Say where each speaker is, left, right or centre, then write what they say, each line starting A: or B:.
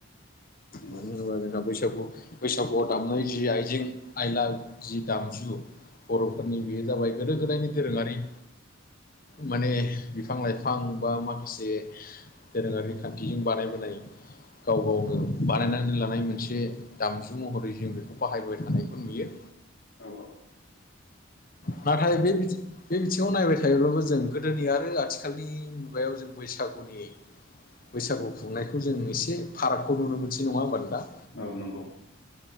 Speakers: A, on the left (about 75°); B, on the left (about 45°).
A: नंगौ
B: मानो होनोबा जोंहा बैसागु बैसागुआव दामनाय जि आइजें आइला जि दामजु बर'फोरनि बेयो जाबाय गोदो गोदायनि दोरोङारि माने बिफां लाइफां बा माखासे दोरोङारि खान्थिजों बानायबोनाय गाव गावनो बानायनानै लानाय मोनसे दामजु महरै जों बेखौ बाहायबाय थानायखौ नुयो।
A: औ औ
B: नाथाय बे बे बिथिङाव नायबाय थायोब्लाबो जों गोदोनि आरो आथिखालनि मुगायाव जों बैसागुनि बैसागु खुंनायखौ जों एसे फारागखौ नुनो मोनसै नङा होनोबा नोंथां
A: औ नंगौ।